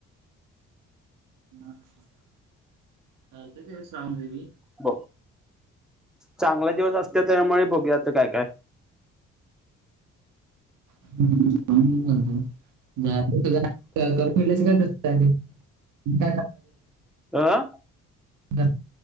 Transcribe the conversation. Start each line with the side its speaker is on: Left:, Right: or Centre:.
Right: नात चालते का श्रावण देेवी? <unintelligible>
Centre: ब चांगला दिवस असत्यात, त्यामुळे बघूयात काय काय?
Right: बत <unintelligible> करून फल्याच काय <unintelligible> ब
Centre: अ
Right: <unintelligible>